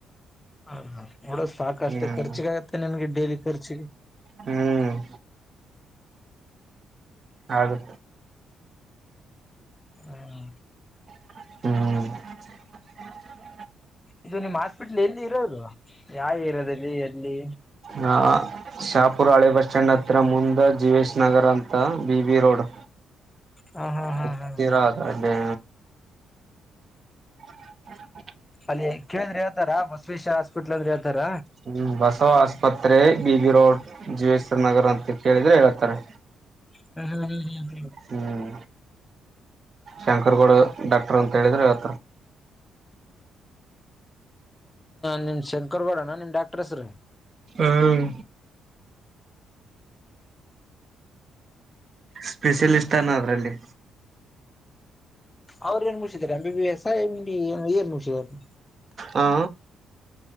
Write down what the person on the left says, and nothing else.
ಹಾ ಹಾ ನೋಡೋ ಸಾಕಷ್ಟೇ
ಖರ್ಚಿಗಾಗತ್ತೆ ನನ್ಗೆ ಲಿ ಖರ್ಚ
ಹ್ಮ
ಇದು ನಿಮ್ಮ್ ಹಾಸ್ಪಿಟ್ಲ್ ಎಲ್ಲಿ ಇರೋದು ಯಾವ ಏರಿಯಾದಲ್ಲಿ ಎಲ್ಲಿ
ಹ ಹಾ ಹಾ
ಹಾ ಹ
ಅಲ್ಲಿ ಕೇಳಿದ್ರಿ ಹತಾರ ಬ ಸ್ಪಲ್ ಹಸ್ಪಿಟ್ಲ್ ಅಂದ್ರೆ ಹೇಳ್ತಾರ
ಹ್ಮ್ ಹ್ಮ್ ಹ್ಮ್ ಹ್ಮ್
ನಿಮ್ ಶಂಕರ್ ಗೌಡಣ್ಣ ನಿಮ್ ಡಾಕ್ಟರ್ ಹೆಸ್ರೀ
ಅವ್ರು ಏನ್ ಮುಗಿಸಿದಿದ್ದಾರೆ ಅಂ ಎ ಏನ್ ಮುಗಿಸಿದ ಅವ್ರು